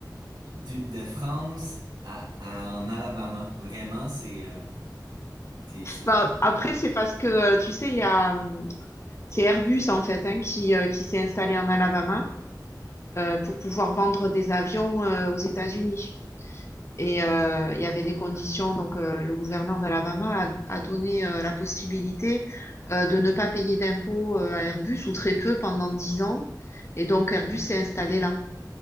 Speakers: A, on the right (about 80°); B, on the left (about 40°).
A: du- de France à, à- en Alabama. Vraiment, c'est euh, c'est c'est
B: Bah,
A: tout un
B: après, c'est parce que euh, tu sais, il y a, hum, c'est Airbus en fait hein, qui, euh, qui s'est installé en Alabama euh, pour pouvoir vendre des avions euh, aux États-Unis. Et euh, il y avait des conditions, donc euh, le gouverneur d'Alabama a, a donné euh, la possibilité euh, de ne pas payer d'impôts euh, à Airbus ou très peu pendant 10 ans. Et donc Airbus s'est installé là.